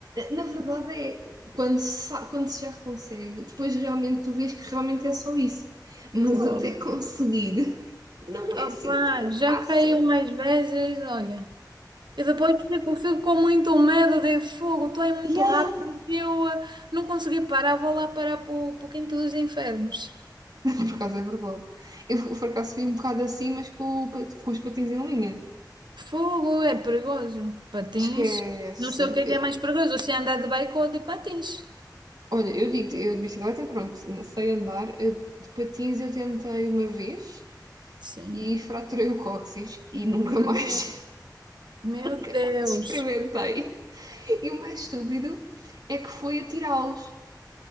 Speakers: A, on the right; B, on the right.
A: na verdade é quando se, quando se já consegue, depois realmente tu vês que realmente é só isso. Mas
B: Fogo.
A: até conseguir <laughs> não é
B: Opa,
A: assim tão
B: já
A: fácil.
B: caiu umas vezes, olha. E depois fico, fico com muito medo de fogo, tu é muito
A: Yeah.
B: rápido. e Eu eh, não consegui parar, vou lá parar para o para o quinto dos infernos.
A: Por acaso é verdade. Eu por acaso fui um bocado assim, mas com, com os patins em linha.
B: Fogo é perigoso. Patins.
A: Esquece.
B: Não sei o que é que é mais perigoso, se é andar de bike ou de patins.
A: Olha, eu digo, eu de bicicleta, pronto, sei andar. Eu- De patins eu tentei uma vez
B: Sim.
A: e fraturei o cóccix e nunca
B: Meu
A: mais
B: Deus. Meu
A: <laughs>
B: Deus.
A: experimentei. E o mais estúpido é que foi atirá-los.